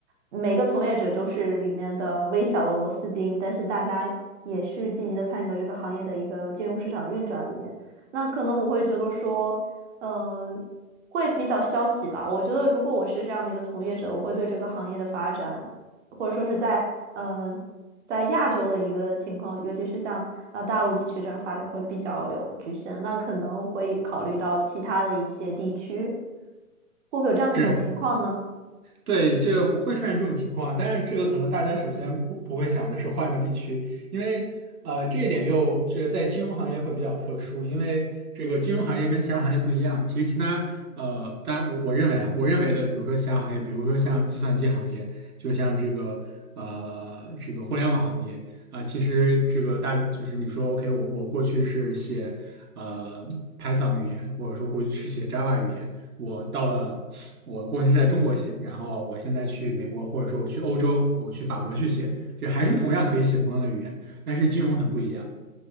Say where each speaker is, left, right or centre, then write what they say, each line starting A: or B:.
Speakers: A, on the right; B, on the right.
A: 每个从业者都是里面的微小的螺丝钉，但是大家也是积极的参与到这个行业的一个金融市场的运转里面。那可能我会觉得说。呃会比较消极吧。我觉得如果我是这样的一个从业者，我会对这个行业的发展，或者说是在嗯、呃在亚洲的一个情况，尤其是像呃大陆地区这样发展会比较有局限。那可能我会考虑到其他的一些地区，会不会有这样的一种情况呢？
B: 是。对，就会出现这种情况，但是这个可能大家首先不不会想的是换个地区，因为呃这一点又这个在金融行业会比较特殊，因为这个金融行业跟其他行业不一样。其实其他呃，当然我我认为啊，我认为的，比如说其他行业，比如说像计算机行业，就像这个呃这个互联网行业啊、其实这个大就是你说 OK，我我过去是写呃 Python 语言，或者说过去是写 Java 语言，我到了。我过去是在中国写，然后我现在去美国，或者说我去欧洲，我去法国去写，就还是同样可以写同样的语言，但是金融很不一样。